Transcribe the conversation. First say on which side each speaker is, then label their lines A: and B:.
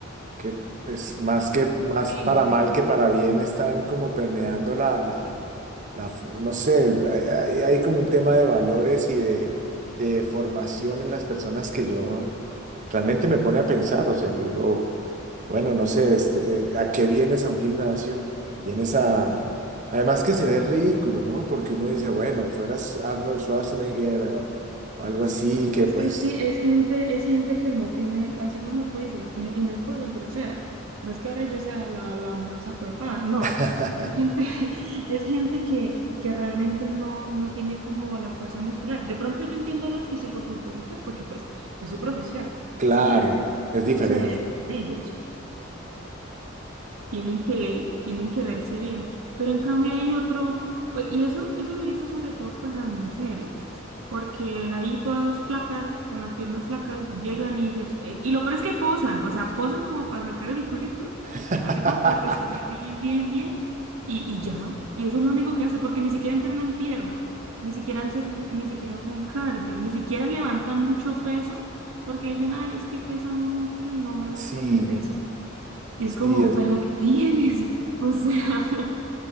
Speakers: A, on the right; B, on the right.
A: que pues más que más
B: Sí.
A: para mal que para bien están como permeando la, la, la f- no sé, hay, hay como un tema de valores y de, de formación en las personas que yo realmente me pone a pensar, o sea, yo digo, bueno, no sé, este, eh, ¿a qué vienes a un gimnasio? Vienes a... Además que se ve ridículo, ¿no? Porque uno dice, bueno, fueras Arnold Schwarzenegger o, o algo así, que
B: Es
A: pues,
B: que sí, es gente, es gente que no tiene, así como tú dices, n- y no es por ser grosera, no es que ahora yo sea la, la más acuerpada, no,
A: <laughs>
B: es gente, <laughs> es gente que, que realmente no, no tiene como la fuerza muscular. De pronto yo entiendo a los fisicoculturistas porque pues es su profesión,
A: claro,
B: sí, a, a
A: es
B: eso
A: diferente.
B: se dedican ellos, tienen que, tienen que verse bien. Pero en cambio hay otro, y eso, eso lo he visto sobre todo con las mujeres, porque ahí todas flacas, con las piernas flacas, llegan y se, eh, y lo peor es que posan, o sea, posan como para sacar el culito,
A: <laughs>
B: así como para que se vea bien, bien, bien, y, y ya. Y eso es lo único que hace, porque ni siquiera entrenan pierna. Ni siquiera hacen, ni siquiera hacen cardio, ni siquiera levantan mucho peso, porque dicen, ay, es que pesa mucho y no me gusta
A: Sí,
B: que pese. Y es como,
A: sí, es...
B: ¿pero a qué vienes? <laughs> O sea, <laughs>